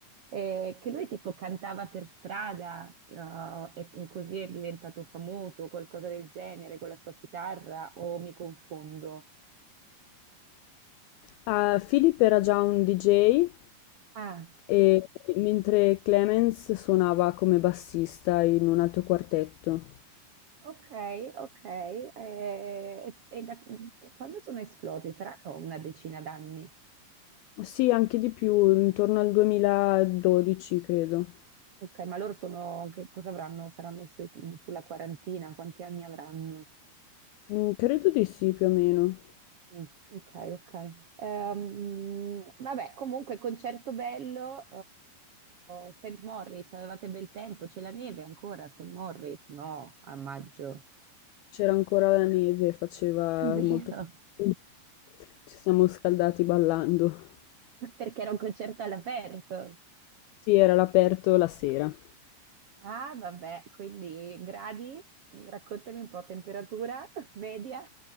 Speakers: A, on the right; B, on the left.
A: Eh, che lui tipo cantava per strada, eh, e p- così è diventato famoso, qualcosa del genere, con la sua chitarra, o mi confondo?
B: Ah, Philip era già un DJ
A: Ah,
B: e mentre Clemens suonava come bassista in un altro quartetto.
A: ok, ok. Eh, e, e da- quando sono esplosi? Saranno una decina d'anni.
B: Sì, anche di più, intorno al 2012 credo.
A: Ok, ma loro sono, che cosa avranno? Saranno sui- mm, sulla quarantina, quanti anni avranno?
B: Mm, credo di sì, più o meno.
A: Mm, ok, ok. Ehm, vabbè, comunque concerto bello, eh, St. Moritz, avevate bel tempo, c'è la neve ancora a St. Moritz? No, a maggio.
B: C'era ancora la neve, faceva
A: <laughs> È vero,
B: molto freddo. Ci siamo scaldati ballando.
A: perché era un concerto all'aperto.
B: Sì, era all'aperto la sera.
A: Ah, vabbè, quindi gradi, raccontami un po', temperatura <laughs> media.